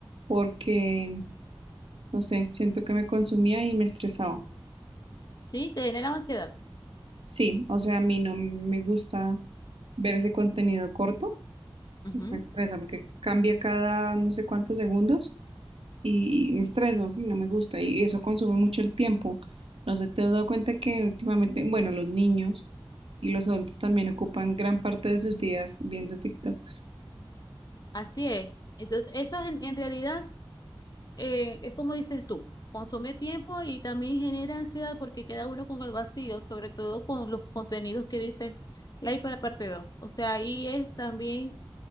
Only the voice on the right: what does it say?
porque, no sé, siento que me consumía y me estresaba.
Sí, o sea, a mí no me gusta ver ese contenido corto,
me estresa porque cambia cada no sé cuántos segundos y me estreso, sí, no me gusta y eso consume mucho el tiempo. No sé, ¿te has dado cuenta que últimamente, bueno, los niños y los adultos también ocupan gran parte de sus días viendo TikToks?